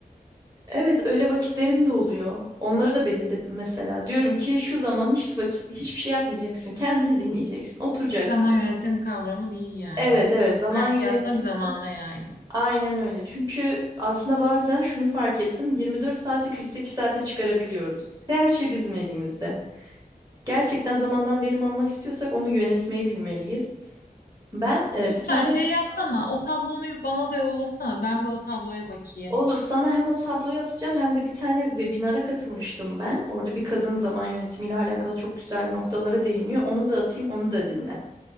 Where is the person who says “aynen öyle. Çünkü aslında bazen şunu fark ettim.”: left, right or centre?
Right